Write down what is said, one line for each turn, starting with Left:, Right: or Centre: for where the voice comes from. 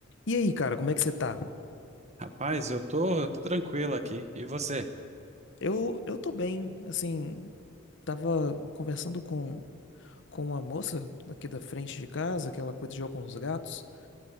Left: E aí, cara, como é que você tá?
Right: Rapaz, eu tô, eu tô tranquilo aqui. E você?
Left: Eu, eu tô bem, assim, tava conversando com, com uma moça aqui da frente de casa, que ela cuida de alguns gatos,